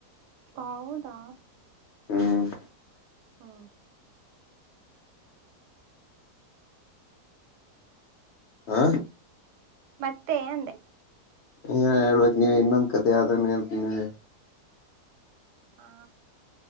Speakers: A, on the right; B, on the left.
A: ಹೌದಾ
B: ಹ್ಮ್
A: ಹ್ಮ
B: ಆ
A: ಮತ್ತೆ ಅಂದೆ
B: ಹಏ ಹೇಳ್ಬೇಕೇಕ್ ನೀವ ಇನ್ನೊಂದ್ ಕತೆ ಆದಾನ ಹೇಳ್ತಿ ನೀಗೆ
A: ಹಾ